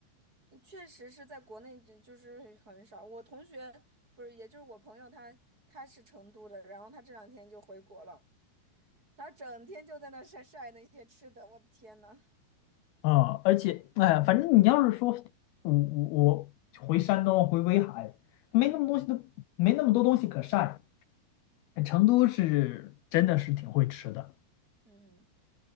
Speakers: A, on the right; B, on the left.
A: 确实是在国内就就是很少。我同学不是，也就是我朋友他，他是成都的，然后他这两天就回国了，他整天就在那晒晒那些吃的，我的天呐，
B: 啊，而且，哎呀，反正你要是说我我我回山东回威海，没那么东西都没那么多东西可晒。哎成都是真的是挺会吃的
A: 嗯，